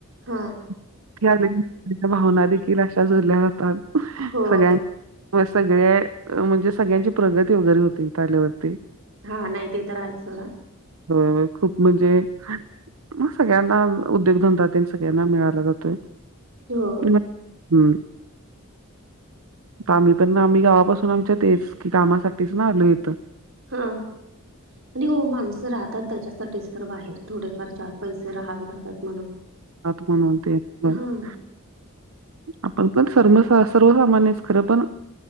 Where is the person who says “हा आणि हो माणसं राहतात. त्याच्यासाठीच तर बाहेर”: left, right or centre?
Right